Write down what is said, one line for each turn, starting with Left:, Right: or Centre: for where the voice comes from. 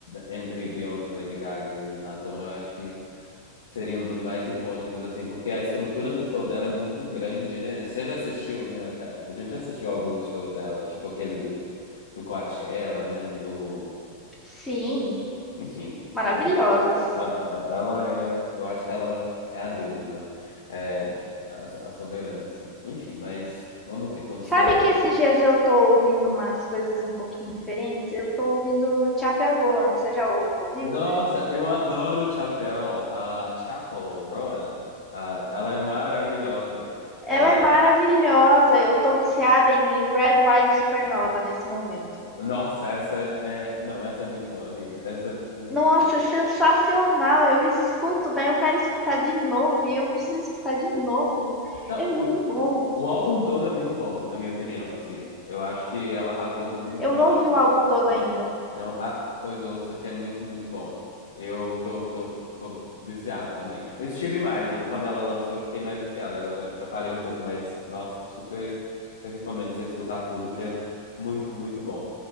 Left: entre Beyoncé, Lady Gaga e Madonna, eu acho que seria um dos mais icônicos, assim, porque a estrutura do show dela é muito grande, né? Você já assistiu, né? A gente já assistiu alguns shows dela, tipo aquele do, do Coachella, né? Do...
Centre: Sim,
Left: Enfim,
Centre: maravilhosas.
Left: ela A- a- Ela é, eu acho que ela é a deusa, é a, a soberana, assim. Enfim, mas vamos ver, vamos esperar
Centre: Sabe que
Left: pra.
Centre: esses dias eu tô ouvindo umas coisas um pouquinho diferentes? Eu tô ouvindo Chapel Roan, você já ouviu?
Left: Nossa, eu adoro Chapel, a Chapel Rowan, a- ela é maravilhosa.
Centre: Ela
Left: É,
Centre: é maravilhosa, eu tô viciada em Red Wine Supernova nesse momento.
Left: nossa, essa é, não, essa é muito boa, amiga, essa é muito, muito
Centre: Nossa,
Left: boa.
Centre: é sensacional! Eu escuto, daí eu quero escutar de novo e eu preciso escutar de novo.
Left: Não,
Centre: É muito
Left: o,
Centre: bom.
Left: o álbum todo é muito bom, na minha opinião, assim. Eu acho que ela arrasou muito
Centre: Eu não
Left: no álbum.
Centre: ouvi o álbum todo ainda.
Left: Não, ah, pois ouça, que é muito, muito bom. Eu tô, tô, tô viciado também. Eu estive mais, né? Quando ela lançou, eu fiquei mais viciado. Agora já parei um pouco, mas, nossa, super, super recomendo você escutar tudo, que é muito, muito bom.